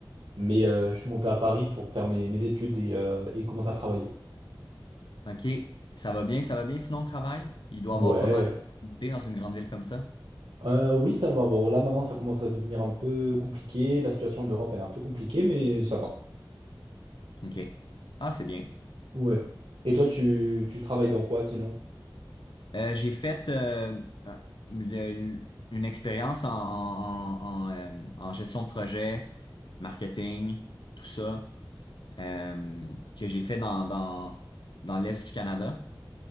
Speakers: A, on the right; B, on the left.
A: mais euh, je suis monté à Paris pour faire mes, mes études et, euh, et commencer à travailler.
B: OK, ça va bien, ça va bien, sinon le travail? Il doit
A: Ouais.
B: y avoir pas mal d'opportunités dans une grande ville comme ça.
A: Euh, oui, ça va. Bon, là maintenant, ça commence à devenir un peu compliqué. La situation en Europe, elle est un peu compliquée, mais ça va.
B: OK. Ah, c'est bien.
A: Ouais. Et toi, tu, tu travailles dans quoi sinon?
B: Euh, j'ai fait euh, un- le- une expérience en, en, en, en, euh, en gestion de projet, marketing, tout ça. euh, que j'ai fait dans, dans, dans l'Est du Canada,